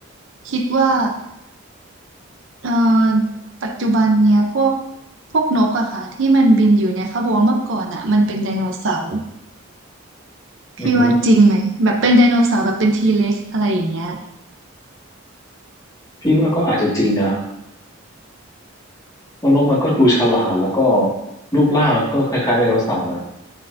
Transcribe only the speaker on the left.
อือฮึพี่ว่าก็อาจจะจริงนะว่านกมันก็ดูฉลาดแล้วก็รูปร่างก็คล้ายๆไดโนเสาร์นะ